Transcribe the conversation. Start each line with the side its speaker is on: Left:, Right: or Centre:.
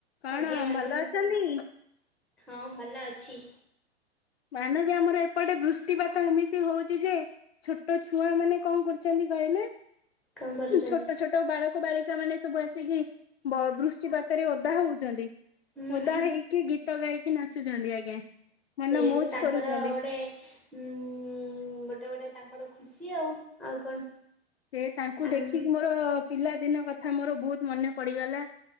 Left: କଣ
Centre: ଆଜ୍ଞା ବାନ୍ଧବୀ
Left: ଭଲ ଅଛନ୍ତି?
Centre: କୁହନ୍ତୁ। ହଁ ଭଲ ଅଛି।
Left: ମାନବ ଆମର ଏପଟେ ବୃଷ୍ଟିପାତ ଏମିତି ହଉଛି ଯେ ଛୋଟ ଛୁଆ ମାନେ କଣ କରୁଛନ୍ତି କହିଲେ
Centre: କଣ କରୁଛନ୍ତି?
Left: ଛୋଟ ଛୋଟ ବାଳକ ବାଳିକା ମାନେ ସବୁ ଆସିକି ବୃଷ୍ଟିପାତରେ ଓଦା ହଉଛନ୍ତି।
Centre: ହୁଁ
Left: ଓଦା
Centre: ହୁଁ
Left: ହେଇକି ଗୀତ ଗାଇକି ନାଚୁଛନ୍ତି ଆଜ୍ଞା ମନ
Centre: ସେଇ
Left: ମଉଜ
Centre: ତ ତାଙ୍କର
Left: କରୁଛନ୍ତି
Centre: ଗୋଟେ ଉଁ ଗୋଟେ ଗୋଟେ ତାଙ୍କର ଖୁସି ଆଉ ଆଉ କଣ?
Left: ସେ ତାଙ୍କୁ
Centre: ଆମେ
Left: ଦେଖିକି
Centre: ବି
Left: ମୋର ପିଲା ଦିନ କଥା ମୋର ବହୁତ ମନେ ପଡିଗଲା